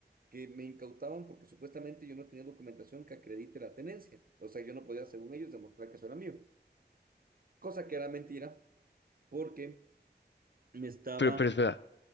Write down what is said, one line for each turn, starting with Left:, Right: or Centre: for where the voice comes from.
Right: que me incautaban porque supuestamente yo no tenía documentación que acredite la tenencia. O sea, yo no podía, según ellos, demostrar que eso era mío. Cosa que era mentira porque me estaba...
Left: Pero, pero espera,